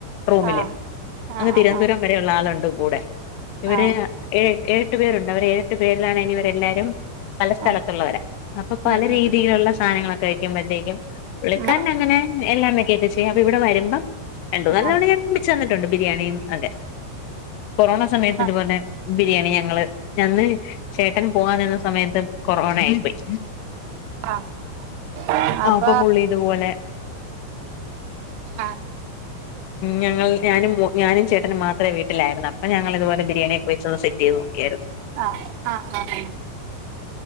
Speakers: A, on the left; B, on the right.
A: റൂമില്
B: ആഹ്
A: അങ്ങ്
B: ആഹ് ആഹ്
A: തിരുവന്തുരം
B: ആഹ് ആഹ്
A: വരെഉള്ള ആള്ണ്ട് കൂടെ ഇവര്
B: ആഹ്
A: എ് എഏട്ടു പേരുണ്ട് അവർ എഏട്ടു പേരിലാണ് ഇവരെല്ലാരും പല സ്ഥലത്തുള്ളവരാ
B: ആഹ്
A: അപ്പൊ പല
B: ഉം ഉം
A: രീതിയില്ള്ള
B: ഉം
A: സാനങ്ങള കഴിക്കുമ്പഴത്തേക്കും പുള്ളിക്കാരൻ
B: ഉം
A: അങ്ങനെ എല്ലാ വെക്കൊക്കെ ചെയ്യും അപ്പൊ ഇവിടെ വരുമ്പം രണ്ട് മൂന്നാൽ
B: ആഹ്
A: തവണ ഞാൻ വെച്ച ന്ന്ട്ടുണ്ട് ബിരിയാണി അഒക്കെ കൊറോണ സമയത്ത്
B: ആഹ്
A: ഇത്പോലേ ബിരിയാണി ഞങ്ങള് ഞന്ന് ചേട്ടൻ പോവാനിന്നസമയത്ത് കൊറോണായി പ്പോയി
B: ആഹ് അപ്പ
A: അപ്പൊ പുള്ളി ഇതുപോലെ
B: ആഹ്
A: ഞങ്ങൾ ഞാനും മോ ഞാനും ചേട്ടന് മാത്രേ വീട്ടിലായിരുന്ന അപ്പൊ ഞങ്ങള് ഇതുപോലെ ബിരിയാ ണിഒക്കെവെച്ച് ഒന്ന് സെറ്റിഈത് നോക്കീയാരു
B: ആഹ് ആഹ് ആഹ്